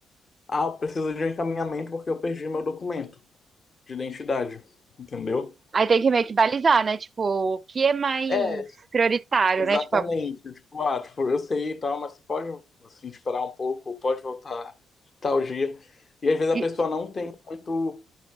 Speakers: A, on the left; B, on the right.
A: Ah, eu preciso de um encaminhamento porque eu perdi meu documento de identidade, entendeu?
B: Aí tem que meio que balizar, né, tipo, o que é mais
A: É,
B: prioritário,
A: Exatamente.
B: né, tipo, a-
A: Tipo, ah, tipo, eu sei e tal, mas você pode assim, esperar um pouco, ou pode voltar tal dia. E às vezes
B: e-
A: a pessoa não tem muito